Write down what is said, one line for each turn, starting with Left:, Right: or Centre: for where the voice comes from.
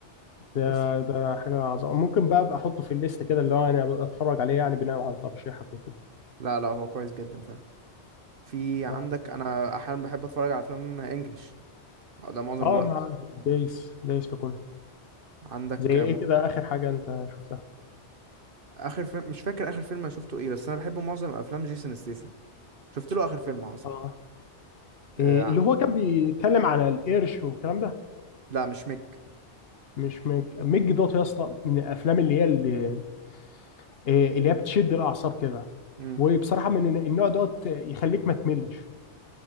Left: ده
Right: بس
Left: ده حاجه عظيمه ممكن بقى ابقى احطه في الليست كده اللي هو انا اتفرج عليه يعني بناء على ترشيحك وكده
Right: لا لا هو كويس جدا فاهم في عندك
Left: اه
Right: انا احيانا بحب اتفرج على افلام انجليش آه، ده معظم
Left: اه
Right: الوقت
Left: مع دايس دايس في كله
Right: عندك
Left: زي ايه كده اخر حاجه انت شفتها
Right: اخر فيلم مش فاكر اخر فيلم انا شفته ايه بس انا بحب معظم افلام جيسون ستيسن شفت له اخر فيلم اه صح
Left: اه
Right: آه
Left: إيه اللي هو كان بيتكلم على القرش والكلام ده
Right: لا مش ميج
Left: مش ميج ميج دوت يا اسطى من الافلام اللي هي اللي إيه، اللي هي بتشد الاعصاب كده
Right: امم
Left: وبصراحه من النوع دوت يخليك ما تملش